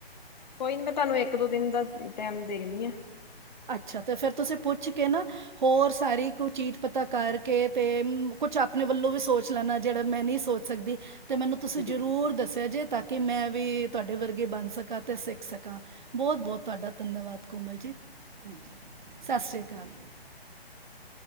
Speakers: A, on the left; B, on the right.
A: ਕੋਈ ਨੀ ਮੈਂ ਤੁਹਾਨੂੰ ਇੱਕ ਦੋ ਦਿਨ ਦਾ ਟਾਇਮ ਦੇਨੀ ਆ।
B: ਅੱਛਾ, ਤੇ ਫੇਰ ਤੁਸੀਂ ਪੁੱਛ ਕੇ ਨਾ ਹੋਰ ਸਾਰੀ ਕੋਈ ਚੀਜ਼ ਪਤਾ ਕਰਕੇ ਤੇ ਕੁਛ ਆਪਣੇ ਵੱਲੋਂ ਵੀ ਸੋਚ ਲੈਣਾ ਜਿਹੜਾ ਮੈਂ ਨਹੀਂ ਸੋਚ ਸਕਦੀ। ਤੇ
A: ਹਾਂਜੀ
B: ਮੈਨੂੰ
A: ਹਾਂਜੀ
B: ਤੁਸੀਂ ਜ਼ਰੂਰ ਦੱਸਿਆ ਜੇ ਤਾਂ ਕਿ ਮੈਂ ਵੀ ਤੁਹਾਡੇ ਵਰਗੇ ਬਣ ਸਕਾਂ ਤੇ ਸਿੱਖ ਸਕਾਂ। ਬਹੁਤ-ਬਹੁਤ
A: ਹਾਂਜੀ
B: ਤੁਹਾਡਾ ਧੰਨਵਾਦ ਕੋਮਲ ਜੀ। ਹਾਂਜੀ
A: ਸਤਿ ਸ੍ਰੀ
B: ਸਤਿ ਸ਼੍ਰੀ ਅਕਾਲ
A: ਅਕਾਲ ਜੀ।